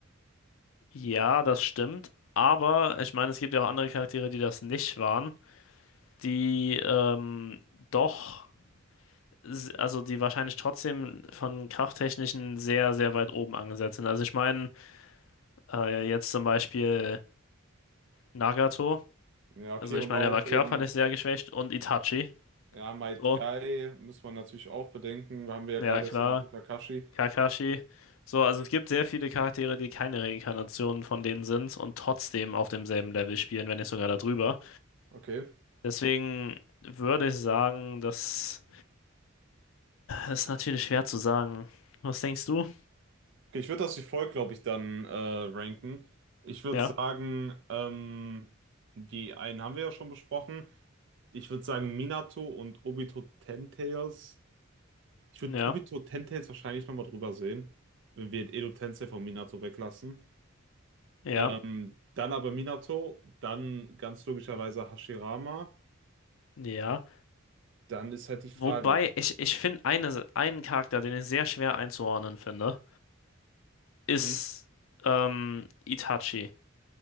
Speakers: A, on the left (about 70°); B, on the right (about 60°).
A: Ja, das stimmt. Aber ich meine, es gibt ja auch andere Charaktere, die das nicht waren. die ähm, doch, s- also die wahrscheinlich trotzdem von krafttechnischen sehr, sehr weit oben angesetzt sind. Also ich meine, äh, jetzt zum Beispiel Nagato,
B: Ja, okay,
A: also ich
B: und
A: meine,
B: auch
A: er war körperlich
B: eben,
A: sehr geschwächt und Itachi,
B: ja, Might
A: so,
B: Guy muss man natürlich auch bedenken. Haben wir ja
A: ja
B: gerade
A: klar,
B: erst erwähnt, und Kakashi.
A: Kakashi, so, also es gibt sehr viele Charaktere, die keine Reinkarnationen von denen sind und trotzdem auf demselben Level spielen, wenn nicht sogar darüber.
B: Okay.
A: Deswegen würde ich sagen, das ist natürlich schwer zu sagen. Was denkst du?
B: Okay, ich würde das wie folgt, glaube ich, dann äh, ranken. Ich würde
A: Ja,
B: sagen, ähm, die einen haben wir ja schon besprochen. Ich würde sagen, Minato und Obito Ten Tails Ich würde
A: ja.
B: Obito Tentails wahrscheinlich nochmal drüber sehen, wenn wir Edo Tensei von Minato weglassen.
A: Ja.
B: Ähm, dann aber Minato, dann ganz logischerweise Hashirama.
A: Ja.
B: Dann ist halt die Frage.
A: Wobei, ich, ich finde eine, einen Charakter, den ich sehr schwer einzuordnen finde, ist
B: Hm?
A: ähm, Itachi.